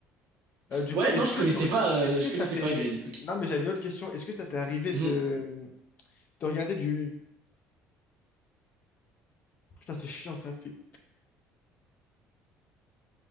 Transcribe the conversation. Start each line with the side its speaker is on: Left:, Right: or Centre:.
Left: Euh, du
Right: Ouais,
Left: coup, est-ce
Right: non, je
Left: que
Right: connaissais
Left: tu reg-
Right: pas, euh,
Left: est-ce
Right: je
Left: que
Right: connaissais
Left: ça t'est.
Right: pas Grady. Ok.
Left: Non, mais j'avais une autre question. Est-ce que ça t'est arrivé
Right: Mhm.
Left: de... de regarder du. Putain, c'est chiant, ça fait.